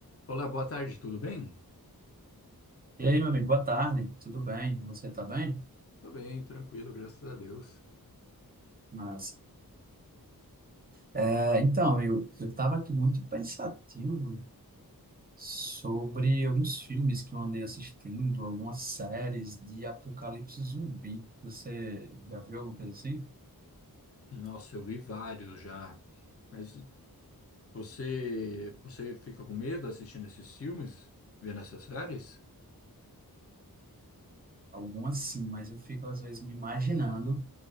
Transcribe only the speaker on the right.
E aí, meu amigo, boa tarde, tudo bem? Você tá bem?
Mas, é, então, amigo, eu tava aqui muito pensativo sobre alguns filmes que eu andei assistindo, algumas séries de apocalipse zumbi. Você já viu alguma coisa assim?
Algumas sim, mas eu fico às vezes me imaginando